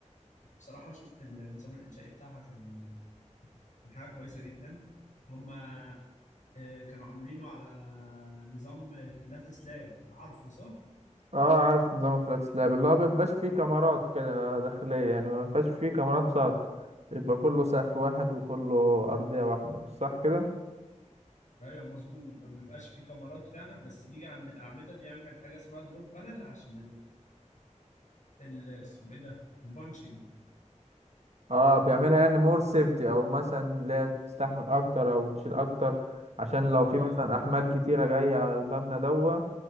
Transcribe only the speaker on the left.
بصراحة شفت النظام الإنشائي بتاعها كان كان حاجة كويسة جدا هما آه، كانوا عاملينه على نظام الفلات سلاب عارفه صح؟
ايوه مظبوط ما بيبقاش فيه كاميرات فعلا بس بيجي عند الاعمده بيعمل حاجه اسمها دروب بانل عشان ال- اسمه ايه ده البانشنج
اه